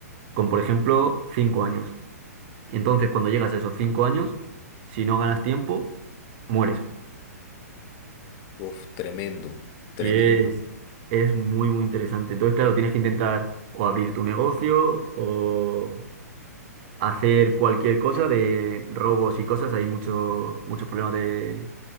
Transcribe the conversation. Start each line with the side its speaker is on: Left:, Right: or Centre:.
Right: con por ejemplo 5 años. Entonces, cuando llegas a esos 5 años, si no ganas tiempo, mueres.
Left: Uf, tremendo, tremendo,
Right: Y es, es muy, muy interesante. Entonces, claro, tienes que intentar o abrir tu negocio o hacer cualquier cosa de robos y cosas. Hay mucho, muchos problemas de,